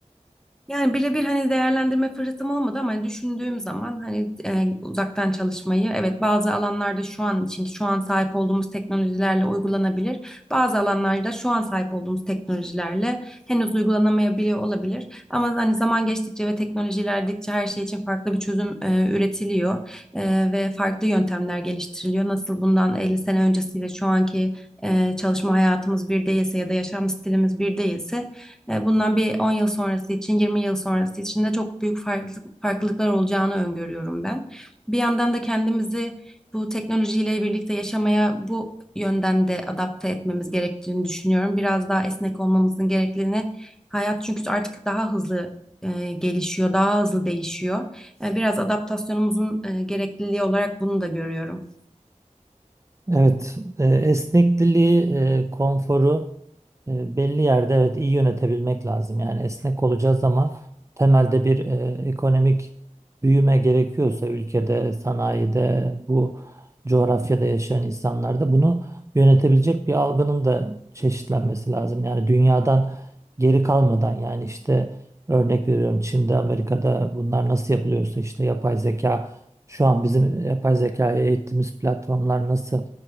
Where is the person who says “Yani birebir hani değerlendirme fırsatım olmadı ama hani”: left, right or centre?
Centre